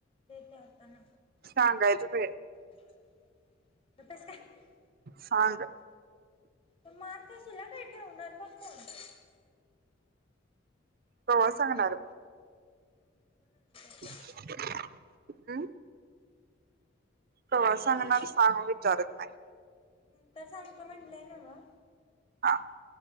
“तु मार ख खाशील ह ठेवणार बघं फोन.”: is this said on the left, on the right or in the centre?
Left